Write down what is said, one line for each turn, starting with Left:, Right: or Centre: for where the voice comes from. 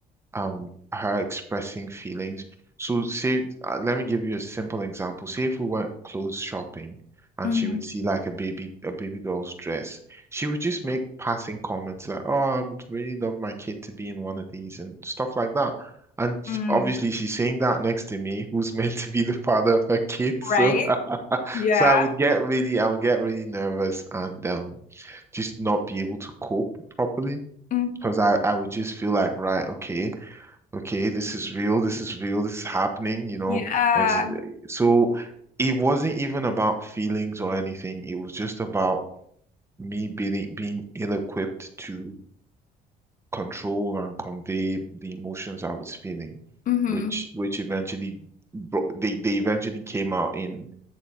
Right: um her expressing feelings. So say uh, let me give you a simple example. Say if we went clothes shopping and
Left: Mm-hmm.
Right: she would see like a baby a baby girl's dress, she would just make passing comments like, "Oh, I would really love my kid to be in one of these" and stuff like that. And sh-
Left: Mm,
Right: obviously she's saying that next to me, who's <laughs> meant to be the father of her kid.
Left: right?
Right: So <laughs>
Left: Yeah.
Right: so I would get really I would get really nervous and um just not be able to cope properly
Left: Mm,
Right: because I I would just feel like, right, okay okay, this is real, this is real, this is happening, you know.
Left: yeah.
Right: It's, so it wasn't even about feelings or anything. It was just about me being being ill-equipped to control and convey the emotions I was feeling,
Left: hmm
Right: which which eventually bro- they they eventually came out in